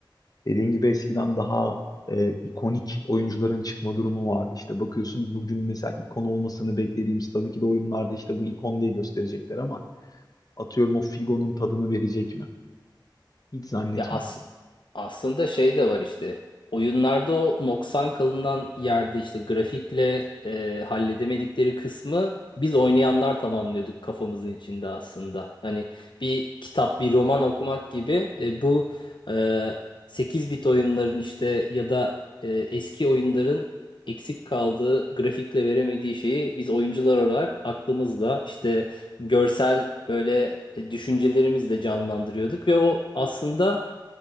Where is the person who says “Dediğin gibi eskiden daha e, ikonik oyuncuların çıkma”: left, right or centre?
Left